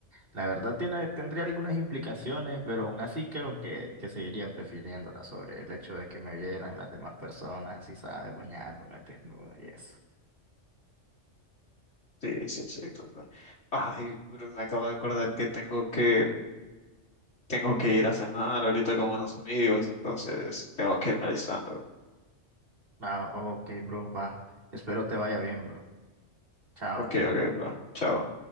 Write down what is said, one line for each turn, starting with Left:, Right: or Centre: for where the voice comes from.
Right: la verdad tiene, tendría algunas implicaciones, pero aún así creo que, que seguiría prefiriéndola sobre el hecho de que me vieran las demás personas, así sabes, bañándome al desnudo y eso.
Left: Sí, sí, sí, claro. Ay, pero me acabo de acordar que tengo que, tengo que ir a cenar ahorita con unos amigos, entonces tengo que irme alistando.
Right: Va, ok, bro, va. Espero te vaya bien, bro. Chao.
Left: Ok, ok, bro. Chao.